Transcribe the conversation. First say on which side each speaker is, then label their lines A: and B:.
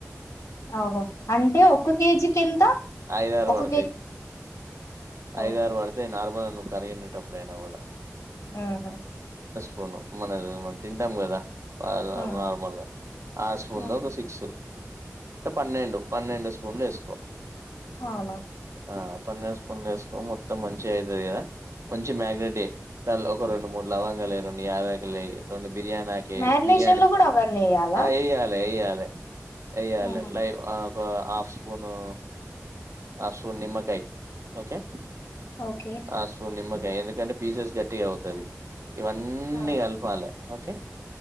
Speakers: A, on the left (about 70°); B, on the right (about 65°).
A: ఆగో అంటే ఒక కేజీకి ఎంత.
B: ఆయగారు
A: ఒక
B: వాడుతాయి ఆయగారు
A: ఓకే.
B: వాడితే నార్మల్ ను కరిగినటప్పుడైనా కూడా.
A: ఆహా.
B: పోను మన మనది తింటాం కదా. ఆహ్
A: హ్మ్.
B: నార్మల్గా ఆ స్పూన్లు
A: హ్మ్.
B: ఒక సిక్స్ అంటే పన్నెండు. పన్నెండు స్పూన్లు వేసుకో.
A: అలా.
B: ఆహ్ పన్నెండు స్పూన్లు వేసుకో మొత్తం మంచిగా అయితది కదా మంచిగ మ్యాగ్నేట్ చెయ్ దా ఒక రెండు మూడు లవంగాలు వెయ్ రెండు యాలకులు లేయి రెండు. బిర్యానీ ఆకు వెయ్యి
A: మ్యారినేషన్‌లో
B: బిర్యానీ
A: గూడా అవన్నేయాలా?
B: ఆహ్ వెయాలి వెయ్యాలి. లై వేయ్యాలే
A: హ్మ్.
B: లైవ్ ఆహ్. <unintelligible> Half spoon. హఫ్ స్పూన్ నిమ్మకాయ ఓకే.
A: ఓకే.
B: హఫ్ స్పూన్ నిమ్మ. ఎందుకంటే పీసెస్ గట్టిగా అవు ఇది ఇవన్నీ
A: ఆ!
B: కలపాలి. ఓకే.